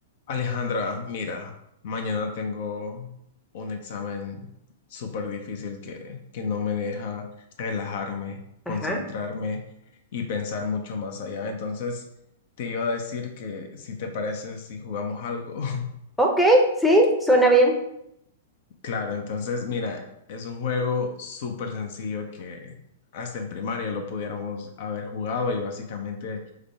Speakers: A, on the left; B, in the centre.
A: Alejandra, mira, mañana tengo un examen súper difícil que, que no me deja relajarme, concentrarme
B: Ajá,
A: y pensar mucho más allá. Entonces, te iba a decir que si te parece, si jugamos algo. <laughs>
B: Ok, sí, suena bien.
A: Claro, entonces, mira, es un juego súper sencillo que hasta en primaria lo pudiéramos haber jugado y básicamente